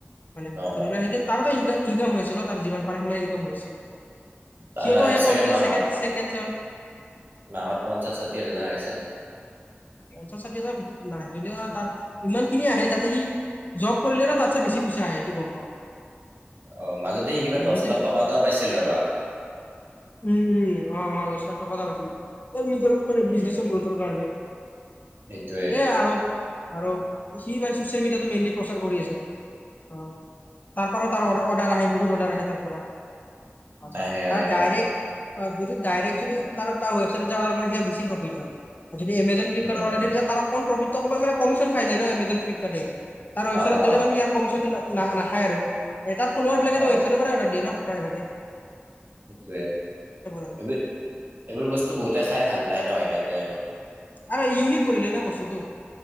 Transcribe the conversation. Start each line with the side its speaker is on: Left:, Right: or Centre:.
Left: মানে,
Right: অ
Left: ধৰি
Right: অ
Left: লোৱা সেইখিনি তাৰেতো ইনকাম হৈছে ন' তাৰ যিমান পাৰে সিমান ইনকাম হৈছে।
Right: তাৰ
Left: সিহঁত
Right: আহে
Left: সেই
Right: চাগে
Left: কলেজত
Right: মাহত
Left: ছেকেড চেকেণ্ড ছেম।
Right: মাহত পঞ্চাছ ষাঠি হাজাৰ মান আহে চাগে।
Left: পঞ্চাছ ষাঠি হাজাৰ নাহিলেওঁ তাৰ ইমানখিনি আহে যাতে সি জব কৰিলে না তাতচে বেছি পইচা আহে এইটো গম পাওঁ।
Right: অ' মাজতে সি কিবা
Left: আৰু
Right: দহ
Left: যদি
Right: লাখ টকা এটা পাইছিল ৰবা।
Left: উম, উম, অ', অ' দহ লাখ টকা এটা পাইছিল, এ, নিজৰ মানে
Right: উম
Left: বিজনেছৰ গ্ৰথৰ কাৰণে।
Right: সেইটোৱে
Left: এ, আৰু আৰু সি মানে চচিয়েল মিডিয়াটো মেইনলি প্ৰচাৰ কৰি আছে। অ' তাৰপৰাও তাৰ অৰ্ডাৰ আহে, বহুত অৰ্ডাৰ আহে তাৰপৰা। অ'
Right: আহে আহে
Left: আৰু ডাইৰেক্ট অ' যদি ডাইৰেক্ট যদি তাৰ তাৰ ৱেবছাইট অৰ্ডাৰ কৰে সি বছি প্ৰফিট হয় যদি এমেজন ফ্লিপকাৰ্টত
Right: উম
Left: অৰ্ডাৰ দি দিয়ে তাৰ অকণ প্ৰফিটটো অকণমান কমিচন খাইা যায় ন' এমেজন ফ্লিপকাৰ্টে। তাৰ ৱেছাইটত
Right: অ অ
Left: গলে মানে ইয়াৰ কমিচনটো নাখাই আৰু তাৰ ফলৱাৰবিলাকে
Right: অ
Left: ৱেবছাইটৰপৰাই অৰ্ডাৰ দিয়ে ন'। প্ৰাইভাগে।
Right: সেইটোৱে।
Left: আৰু।
Right: এইবো এইবোৰ বস্তু বহুতে খাই ভাল পায় ন' সেইকাৰণে আৰু।
Left: আৰু ইউনিক কৰিলে ন' বস্তুতটো,